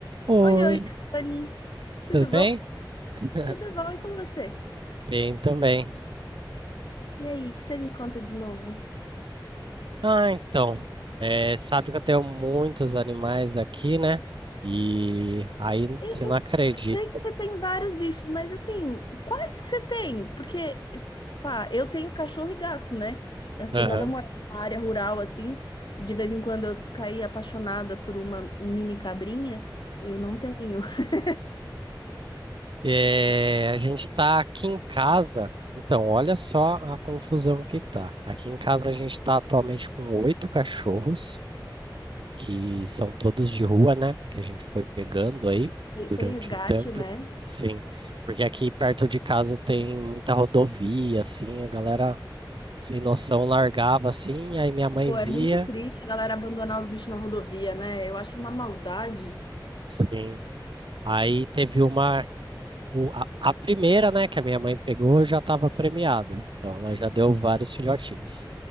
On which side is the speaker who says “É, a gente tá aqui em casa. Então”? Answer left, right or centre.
Right